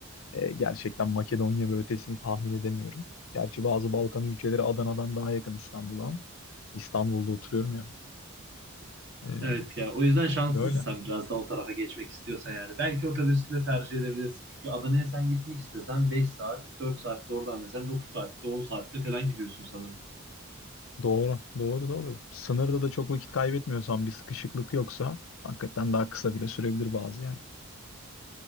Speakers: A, on the left; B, on the right.
A: Ee, gerçekten Makedonya ve ötesini tahmin edemiyorum. Gerçi bazı Balkan ülkeleri Adana'dan daha yakın İstanbul'a ama İstanbul'da oturuyorum ya.
B: Evet
A: Ee,
B: ya o yüzden şanslısın
A: böyle.
B: sen biraz da o tarafa geçmek istiyorsan yani. Belki otobüsle tercih edebilirsin. Çünkü Adana'ya sen gitmek istesen beş saat, dört saatte oradan desen dokuz saatte, on saatte falan gidiyorsun sanırım.
A: Doğru, doğru, doğru. Sınırda da çok vakit kaybetmiyorsan bir sıkışıklık yoksa hakikaten daha kısa bile sürebilir bazı yani.